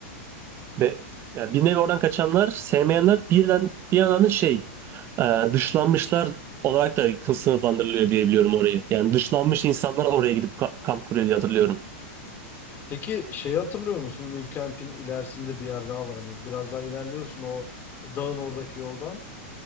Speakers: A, on the right; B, on the left.
A: Ve ya bir nevi oradan kaçanlar, sevmeyenler birden bir yandan da şey, e, dışlanmışlar olarak da sınıflandırılıyor diye biliyorum orayı. Yani dışlanmış insanlar oraya gidip ka- kamp kuruyor diye hatırlıyorum.
B: Peki şeyi hatırlıyor musun? New Camp'in ilerisinde bir yer daha var hani biraz daha ilerliyorsun o dağın oradaki yoldan.